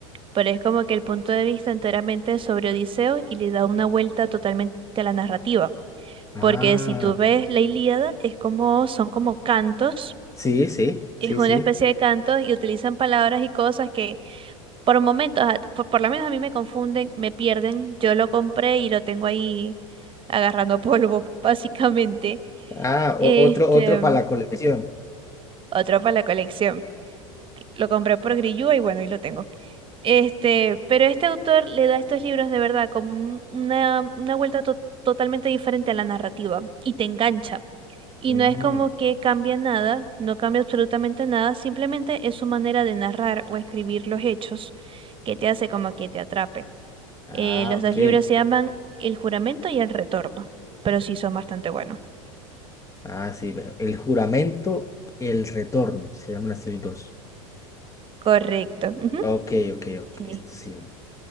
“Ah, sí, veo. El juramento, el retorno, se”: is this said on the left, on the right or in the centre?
Left